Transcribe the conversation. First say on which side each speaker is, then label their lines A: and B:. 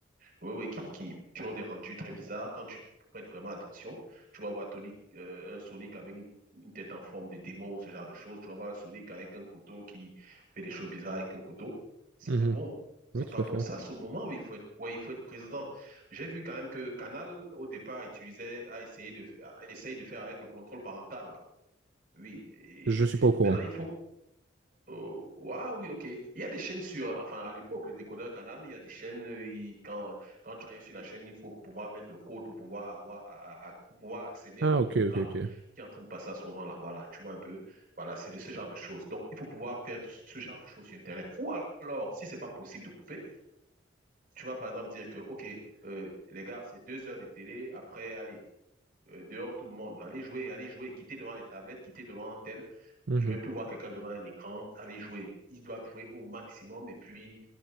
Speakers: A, on the right; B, on the right.
A: oui, oui, qui, qui, qui ont des rendus très bizarres. Quand tu prêtes vraiment attention, tu vas voir Tony, euh, un Sonic avec une, une tête en forme de démon ou ce genre de choses. Tu vas voir un Sonic avec un couteau qui fait des choses bizarres avec un couteau. C'est
B: Mhm.
A: pas bon. C'est
B: Oui, tout
A: pas bon.
B: à fait.
A: C'est à ce moment où il faut être, ouais, il faut être présent. J'ai vu quand même que Canal, au départ, utilisait, a essayé de, a essayé de faire avec le contrôle parental, là. Oui. Et
B: Je suis pas au courant.
A: maintenant, il faut Oh ouais, oui, ok. Il y a des chaînes sur, enfin, à l'époque, le décodeur canal, il y a des chaînes, euh, il- quand, quand tu arrives sur la chaîne, il faut pouvoir mettre le code pour pouvoir avoir, à- à- pour pouvoir accéder
B: Ah,
A: au programme
B: ok, ok, ok.
A: qui est en train de passer à ce moment-là. Voilà, tu vois un peu. Voilà, c'est de ce genre de choses. Donc, il faut pouvoir faire de- ce genre de choses sur Internet. Ou alors, si c'est pas possible de couper, tu vas par exemple dire que, ok, euh, les gars, c'est deux heures de télé, après, allez euh, dehors tout le monde. Allez jouer, allez jouer, quittez devant les tablettes, quittez devant un tel.
B: Mhm.
A: Je ne vais plus voir quelqu'un devant un écran. aller jouer. Ils doivent jouer au maximum. Et puis,